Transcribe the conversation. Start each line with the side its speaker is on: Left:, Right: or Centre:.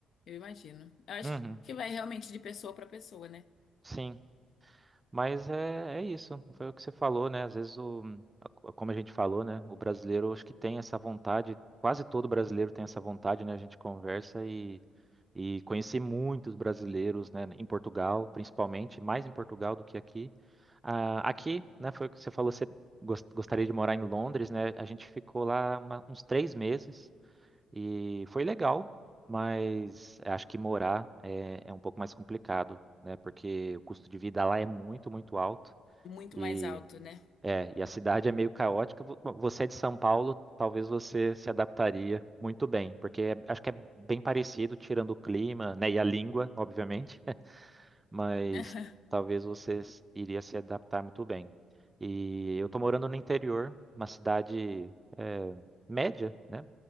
Left: Eu imagino. Eu acho
Right: uhum,
Left: que vai realmente de pessoa para pessoa, né?
Right: sim. Mas é, é isso, foi o que você falou, né? Às vezes, o, como a gente falou, né? O brasileiro, acho que tem essa vontade, quase todo brasileiro tem essa vontade, né? A gente conversa e, e conheci muitos brasileiros, né? Em Portugal, principalmente, mais em Portugal do que aqui. Ah, aqui, né, foi o que você falou, você gos- gostaria de morar em Londres, né? A gente ficou lá uma- uns três meses e foi legal, mas acho que morar é, é um pouco mais complicado, né? Porque o custo de vida lá é muito, muito alto
Left: Muito
Right: e,
Left: mais alto, né?
Right: é, e a cidade é meio caótica. Vo- bom, Você é de São Paulo, talvez você se adaptaria muito bem, porque é- acho que é bem parecido, tirando o clima, né, e a língua, obviamente mas
Left: <laughs>
Right: talvez você s- iria se adaptar muito bem. E eu tô morando no interior, uma cidade é, média, né?